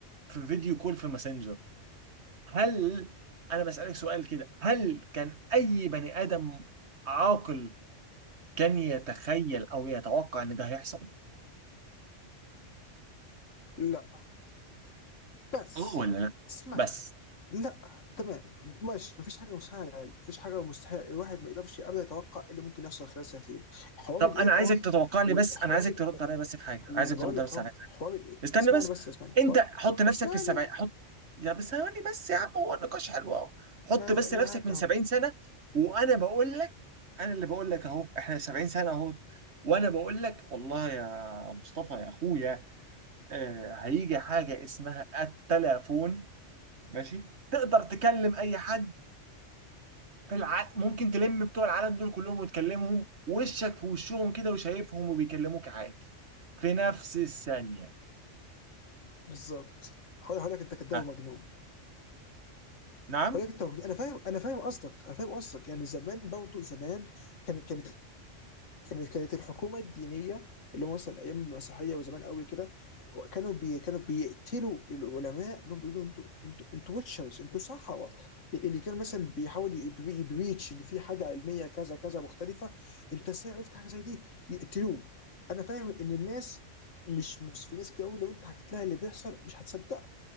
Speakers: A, on the right (about 60°); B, on the left (about 80°).
A: في فيديو كول في ماسنجر هل انا بسألك سؤال كده هل كان اي بني ادم عاقل كان يتخيل او يتوقع ان ده هيحصل
B: لا بس
A: اه ولا لا
B: اسمعني
A: بس
B: لا تمام ماشي مفيش حاجه مسهله مفيش حاجه مستحيل الواحد ما يقدرش ابدا يتوقع إيه اللي ممكن يحصل خلال سنتين حوار
A: طب انا
B: الاي
A: عايزك
B: اي
A: تتوقع لي
B: وحوار
A: بس انا عايزك
B: ال-
A: ترد عليا بس في حاجه عايزك
B: ما انا بقول
A: ترد
B: لك
A: بس
B: اهو
A: عليا في حاجه
B: حوار ال-
A: استنى
B: اسمعني
A: بس
B: بس اسمعني حوار
A: انت حط نفسك
B: اسمعني
A: في السبعين حط يا بس ثواني بس يا عم هو النقاش حلو اهو
B: ما-
A: حط بس
B: معاك
A: نفسك من
B: اهو
A: 70 سنه وانا بقول لك انا اللي بقول لك اهو احنا 70 سنه اهو وانا بقول لك والله يا مصطفى يا اخويا آه، هيجي حاجة اسمها التلافون ماشي تقدر تكلم أي حد في الع... ممكن تلم بتوع العالم دول كلهم وتكلمهم وشك في وشهم كده وشايفهم وبيكلموك عادي في نفس الثانية
B: بالظبط هقول هقول لك انت كداب
A: ها
B: ومجنون
A: نعم
B: هقول لك انت مجنون انا فاهم انا فاهم قصدك انا فاهم قصدك يعني زمان برضه زمان كان كانت كانت كانت الحكومه الدينيه اللي هو مثلا ايام المسيحيه وزمان قوي كده كانوا بي كانوا بيقتلوا العلماء انهم بيقولوا انتوا انتوا انتوا ويتشرز انتوا سحره اللي كان مثلا بيحاول يبري- يبريتش ان في حاجه علميه كذا كذا مختلفه انت ازاي عرفت حاجه زي دي يقتلوه انا فاهم ان الناس مش مش في ناس كتير قوي لو انت حكيت لها اللي بيحصل مش هتصدق